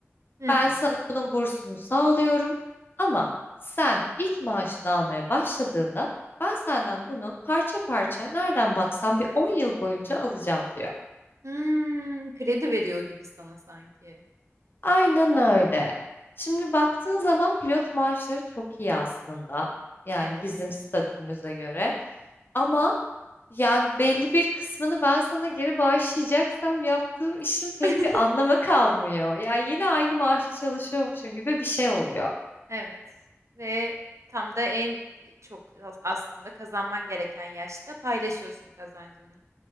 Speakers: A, on the right (about 80°); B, on the left (about 45°).
A: Hı
B: Ben
A: hı.
B: sana bunun bursunu sağlıyorum. Ama sen ilk maaşını almaya başladığında ben senden bunu parça parça nereden baksan bir 10 yıl boyunca alacağım diyor.
A: Hmm, kredi veriyor gibi sana sanki.
B: Aynen öyle. Şimdi baktığın zaman pilot maaşları çok iyi aslında. Yani
A: Evet.
B: bizim statümüze göre. Ama Yani belli bir kısmını ben sana geri bağışlayacaksam yaptığım işin pek
A: <laughs>
B: bir anlamı kalmıyor. Yani yine aynı maaşı çalışıyormuşum gibi bir şey oluyor.
A: Evet ve tam da en çok as- aslında kazanman gereken yaşta paylaşıyorsun kazancını.